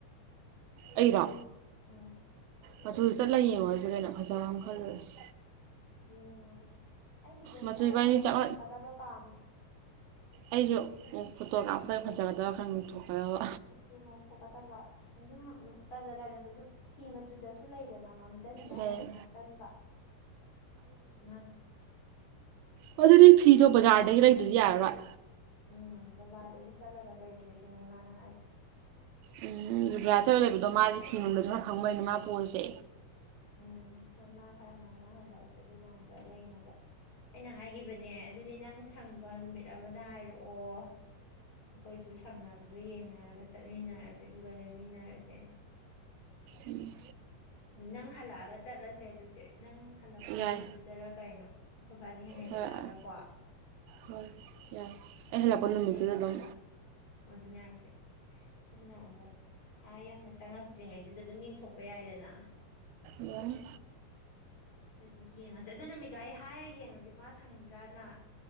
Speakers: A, on the right; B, on the left.
A: ꯑꯩꯔꯣ
B: ꯎꯝ
A: ꯃꯆꯨ ꯆꯠꯂꯒ ꯌꯦꯡꯉꯨꯔꯁꯦ ꯀꯩꯅꯣ ꯐꯖꯕ ꯑꯃ ꯈꯜꯂꯨꯔꯁꯦ
B: ꯌꯦꯡꯉꯨꯔꯁꯤ ꯑꯩꯗꯤ ꯑꯗꯨꯝ
A: ꯃꯆꯨ
B: ꯈꯔ
A: ꯏꯕꯥꯅꯤ
B: ꯉꯧꯊꯣꯛꯀꯗꯕ
A: ꯆꯞ
B: ꯄꯥꯝꯃꯦ
A: ꯑꯩꯁꯨ ꯐꯣꯇꯣꯀꯥꯞꯄꯗ ꯐꯖꯒꯗꯕ ꯈꯔ ꯉꯧꯊꯣꯛꯀꯗꯕ
B: ꯈꯨꯆꯨꯨ ꯉꯧꯊꯣꯛꯀꯗꯕ ꯑꯗꯨꯝ ꯀꯜꯂ ꯀꯩꯅꯣꯗꯁꯨ ꯐꯤ ꯃꯆꯨꯗꯁꯨ ꯂꯩꯗꯅ ꯃꯝꯖꯟꯕ ꯃꯝꯖꯟꯕ
A: ꯂꯩ
B: ꯍꯦꯟꯅ ꯃꯝꯖꯟꯕ ꯉꯥꯟꯊꯣꯛ
A: ꯍꯣꯏ ꯑꯗꯨꯗꯤ ꯐꯤꯗꯣ ꯕꯖꯥꯔꯗꯒꯤ ꯂꯩꯗꯔꯗꯤ ꯌꯥꯔꯥꯔꯣꯏ
B: ꯎꯝ ꯕꯖꯥꯔꯗꯒꯤ ꯆꯠꯂꯒ ꯂꯩꯖꯦ ꯁꯤꯅꯤ ꯃꯥꯅ ꯍꯥꯏꯁꯦ
A: ꯎꯝ ꯕꯖꯥꯔ ꯆꯠꯂ ꯂꯩꯕꯗꯣ ꯃꯥꯁꯦ ꯐꯤꯅꯨꯡꯗꯁꯨ ꯈꯔ ꯈꯪꯕꯅꯤꯅ ꯃꯥ ꯄꯨꯔꯁꯦ
B: ꯎꯝ ꯃꯥ ꯈꯔ ꯉꯥꯡꯅꯍꯜꯂꯑꯁꯦ ꯑꯗꯨꯀꯥꯟꯗ ꯂꯩꯅꯕ ꯑꯩꯅ ꯍꯥꯏꯈꯤꯕꯅꯦ ꯑꯗꯨꯗꯤ ꯅꯪ ꯁꯪꯕ ꯅꯨꯃꯤꯠ ꯑꯃꯗ ꯍꯥꯏꯔꯛꯑꯣ ꯑꯩꯈꯣꯏꯁꯨ ꯁꯪꯅꯕꯗꯨ ꯌꯦꯡꯅꯔꯒ ꯆꯠꯃꯤꯟꯅꯔꯁꯦ ꯑꯗꯨꯒ ꯂꯩꯃꯤꯟꯅꯔꯁꯦꯅ
A: ꯎꯝ
B: ꯑꯗꯨ ꯅꯪ ꯍꯜꯂꯛꯑꯒ ꯆꯠꯂꯁꯦ ꯑꯗꯨꯗꯤ ꯅꯪ ꯍꯜꯂꯛꯄ
A: ꯌꯥꯏ
B: ꯅꯨꯃꯤꯠꯇꯨꯗꯔ ꯀꯩꯅꯣ ꯑꯩꯈꯣꯏꯕꯥꯅꯤ ꯍꯥꯏꯒꯠꯂꯛꯑꯒ
A: ꯍꯣꯏ
B: ꯀꯣ
A: ꯍꯣꯏ ꯌꯥꯏ ꯑꯩ ꯍꯜꯂꯛꯄ
B: ꯑꯥꯗ
A: ꯅꯨꯃꯤꯠꯇꯨꯗ
B: ꯊꯦꯡꯅꯔꯒ
A: ꯑꯗꯨꯝ
B: ꯑꯗꯨꯅꯦ ꯍꯥꯏꯁꯦ ꯅꯪꯅ ꯑꯃꯨꯛ ꯑꯥ ꯌꯥꯝꯅ ꯆꯪꯉꯛꯇ꯭ꯔꯤꯉꯩꯗꯨꯗ ꯑꯗꯨꯝ ꯌꯦꯡꯊꯣꯛꯄ ꯌꯥꯏꯗꯅ
A: ꯌꯥꯏ
B: ꯑꯗꯨꯗꯤ ꯌꯦꯡꯉꯁꯦ ꯑꯗꯨ ꯅꯨꯃꯤꯠꯇꯣ ꯑꯩ ꯍꯥꯏꯔ ꯌꯦꯡꯉꯒꯦ ꯃꯥ ꯁꯪꯕ꯭ꯔꯥꯅ